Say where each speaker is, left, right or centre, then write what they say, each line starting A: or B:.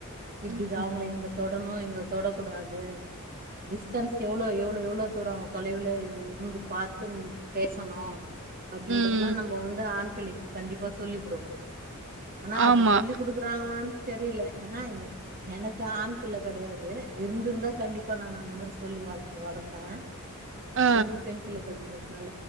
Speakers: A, on the right; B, on the right.
A: இப்பிடிதா
B: ம்,
A: அவுங்கள இங்க தொடணு இங்க தொடக்கூடாது டிஸ்டன்ஸ் எவ்ளோ எவ் ளோ எவ்ளோ தூரோ அவுங்க தொலைவுலயிருந்து பாத்து ம் பேசணு அப்டின்றதெல்லா
B: ம்.
A: நம்ம வந்து ஆண் பிள்ளைக்கு கண்டிப்பா சொல்லிக் குடுக்கணு ஆனா
B: ஆமா.
A: அது சொல்லி் குடுக்கற குடுக்கறாங்களான்னு தெரில ஏனா எ எனக்கு ஆண் பிள்ளை கெடையாது இருந்துருந்தா கண்டிப்பா நானு அந்த மாரி சொல்லி வாளப் பு வளர்ப்பே
B: ஆ.
A: ரெண்டும் பெண் பிள்ளைகள்ன்றதுனால